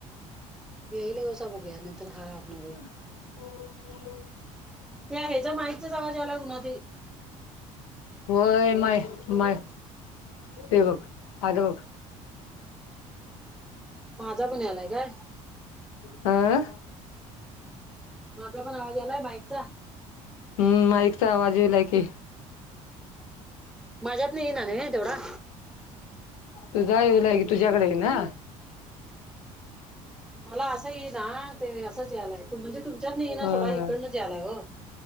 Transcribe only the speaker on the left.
हो.
होय मय माय ते बक आ बघ.
आं
हम्म, माइकचा आवाज येव लायकी,
तू जा येईलाय की तुझ्याकडे येईना.
अ